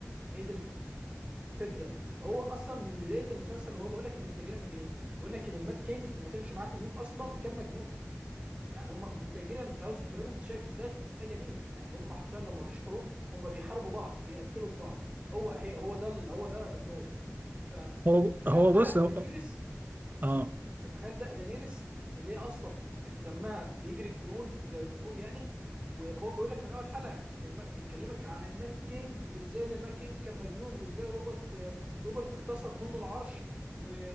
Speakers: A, on the right; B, on the right.
A: ايه دي الفكره؟ هو اصلا من بدايه المسلسل وهو بيقول لك ان التاجيريان مجانين بيقول لك ان المات كينج اللي ما كانش معاه تنين اصلا كان مجنون يعني هم والتاجيريان في هاوس اوف دراجون انت شايف ازاي؟ مجانين يعني هم حرفيا لما فيش حروب هم بيحاربوا بعض بيقتلوا في بعض هو هي هو ده ال- هو ده دمهم فتخيل
B: هو هو
A: بقى
B: بص هو
A: دانيرس
B: اه
A: فتخيل ده دانيرس اللي هي اصلا في دمها بيجري الجنون زي ما بنقول يعني وهو بيقول لك من اول حلقه ان الم... بيتكلمك عن المات كينج وازاي ان المات كينج كان مجنون وازاي روبرت روبرت اغتصب منه العرش و...